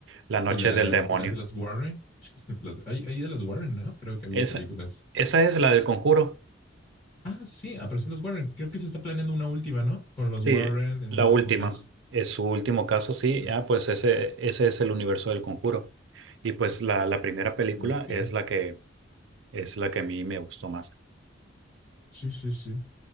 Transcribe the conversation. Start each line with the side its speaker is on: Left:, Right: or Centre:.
Right: La Noche
Left: Y las,
Right: del Demonio.
Left: y las de las Warren. <laughs> Las- hay, hay de las Warren, ¿no? Creo que había
Right: Esa,
Left: películas.
Right: esa es la del Conjuro.
Left: Ah, sí, aparecen los Warren. Creo que se está planeando una última, ¿no? Con los
Right: Sí,
Left: Warren en
Right: la
Left: un último
Right: última.
Left: caso.
Right: Es su último caso, sí.
Left: ¿no?
Right: Ah, pues ese, ese es el universo del Conjuro. Y pues la, la primera película
Left: Muy bien.
Right: es la que, es la que a mí me gustó más.
Left: Sí, sí, sí.